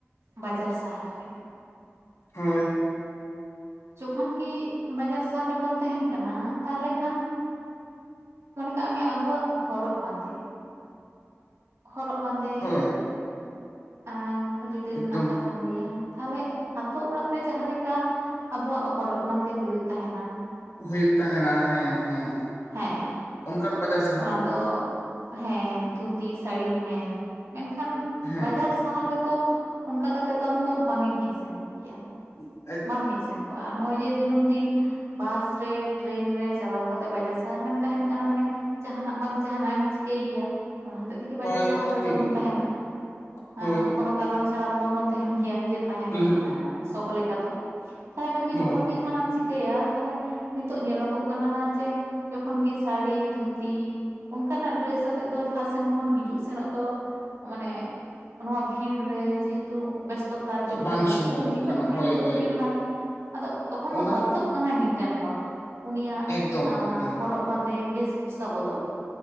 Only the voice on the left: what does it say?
ᱦᱳᱭ
ᱦᱳᱭ
ᱮᱠᱫᱚᱢ
ᱦᱩᱭᱩᱜ ᱛᱟᱦᱮᱱᱟ ᱦᱮᱸ ᱦᱮᱸ᱾
ᱚᱝᱠᱟ ᱫᱚ ᱵᱟᱡᱟᱨᱥ
ᱦᱮᱸ
ᱢᱤᱫᱽ
ᱦᱳᱭ
ᱪᱤᱠᱟᱹᱭ
ᱜᱮᱭᱟᱢ
ᱮᱠᱫᱚᱢ
ᱦᱳᱭ
ᱩᱸᱦᱩᱜ
ᱦᱳᱭ
ᱵᱟᱝ
ᱥᱚᱢᱵᱷᱚᱵᱚᱜ
ᱠᱟᱱᱟ
ᱦᱳᱭ ᱦᱳᱭ
ᱚᱱᱟ
ᱠᱚ-
ᱮᱠᱫᱚᱢ
ᱮᱠᱫᱚᱢ